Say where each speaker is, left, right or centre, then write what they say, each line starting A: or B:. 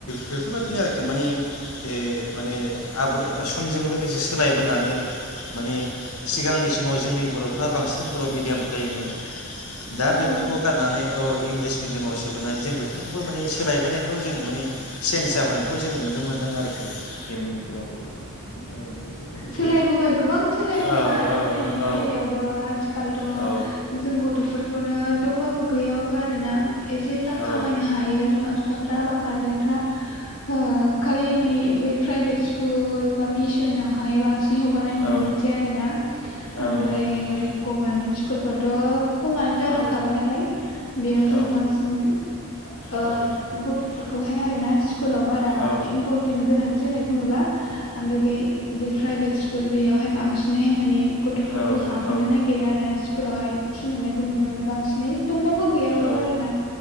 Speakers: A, on the left; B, on the left.
A: बेफोरबायदिनो आरोखि माने बे माने आबाद समजों लोगोसे सोलायबोनानै माने सिगांनि समाव जोंनि बर'फ्रा बांसिन बर' मिडियाम फरायोमोन। दा बेफोरखौ
B: औ
A: गारनानै औ इंलिस मिडियामाव सोबोनाय जों बेफोरखौबो माने सोलायबोनायखौ जों माने चेन्ज जाबोनायखौ जों नुनो मोन्दों आरोखि। जोंनि ओनसोलाव औ। बेफोरबो मोनसे
B: सोलायबोबाय गोबां सोलायबोबाय
A: औ औ
B: फरायनायनि
A: औ
B: बेलायावबो आथिखालथ' ओ
A: औ
B: जों गथ'फोरखौनो दंबाबो गैयाबाबो आरो ना एसे जा
A: औ
B: खामायनो हायो बिमा बिफा बा गारजेनफ्रा ओ खालि माने बय प्राइभेट स्कुल बा मिस'ना हाय बांसिन हगारनाय नुनो
A: औ
B: मोनसै आरोना
A: औ
B: ओमफ्राय
A: औ नंगौ
B: गभारमेन्ट स्कुलाव थ' खमानो जालांखाबाय
A: औ
B: नालाय बेयाव जों
A: औ
B: बांसिन ओ
A: औ
B: गथ'फोर खौहाय आरो ना स्कुलाव बारा
A: औ
B: इम्परटेन्ट गोनांथि होनायखौ नुला ओमफ्राय बे बे प्राइभेट स्कुल बेयावहाय बांसिनैहाय माने गथ'फोरखौ
A: औ
B: हाबहोनो नागिरो आरो ना स्कुलावहाय थिनहरनायखौ नुनो मोनो बांसिनै दंबाबो गैयाबाबो
A: औ
B: आरो ना।